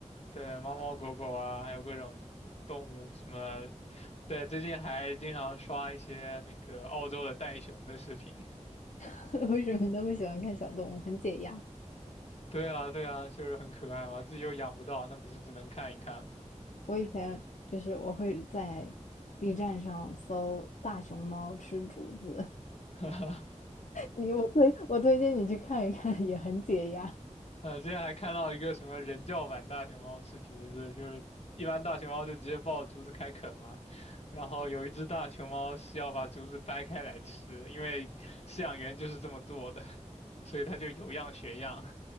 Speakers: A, on the left (about 55°); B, on the left (about 75°).
A: 对，猫猫狗狗啊，还有各种动物什么。对，最近还经常刷一些那个澳洲的袋熊的视频。
B: <laughs> 为什么你那么喜欢看小动物？很解压。
A: 对啊，对啊，就是很可爱嘛，自己又养不到，那不是只能看一看吗？
B: 我以前就是我会在 B 站上搜大熊猫吃竹子。
A: <laughs>
B: 你我推我推荐你去看一看，也很解压。
A: 啊，之前还看到一个什么人教版大熊猫吃竹子，就是一般大熊猫就直接抱竹子开啃嘛，然后有一只大熊猫是要把竹子掰开来吃，因为饲养员就是这么做的，<laughs> 所以它就有样学样。